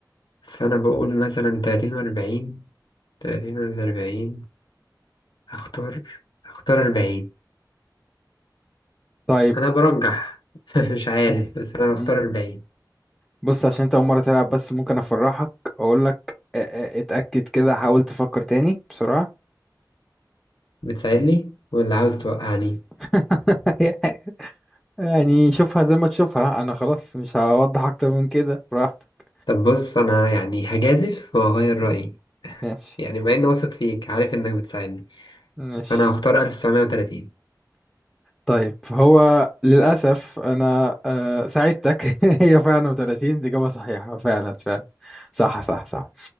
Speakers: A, on the left; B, in the centre.
A: فانا بقول مثلا 30 و40 30 ولا 40 هختار هختار 40
B: طيب
A: انا برجح <laughs> مش عارف
B: مم.
A: بس انا هختار
B: مم.
A: الباقي
B: بص عشان انت اول مره تلعب بس ممكن افرحك اقول لك اتاكد كده حاول تفكر تاني بسرعه
A: بتساعدني واللي عاوز توقعني
B: <laughs> يعني شوفها زي ما تشوفها انا خلاص مش هوضح اكتر من كده براحتك
A: طب بص انا يعني هجازف وهغير رأيي
B: ماشي
A: يعني بما اني واثق فيك عارف انك بتساعدني
B: ماشي
A: فانا هختار 1930
B: طيب هو للأسف أنا آه، ساعدتك <laughs> هي فعلا 30 دي إجابة صحيحة فعلا فعلا صح صح صح